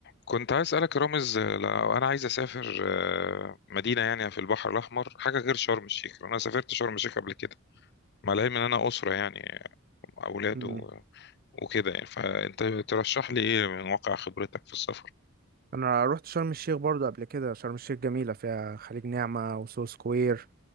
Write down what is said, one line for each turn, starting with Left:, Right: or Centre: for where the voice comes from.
Left: كنت عايز اسالك يا رامز آه، لو انا عايز اسافر آه، مدينه يعني في البحر الاحمر حاجه غير شرم الشيخ لأن انا سافرت شرم الشيخ قبل كده مع العلم ان انا اسره يعني اولاد
Right: مم.
Left: و- وكده يعني فانت ترشح لي ايه من واقع خبرتك في السفر
Right: انا رحت شرم الشيخ برضو قبل كده شرم الشيخ جميله فيها خليج نعمه وسو سكوير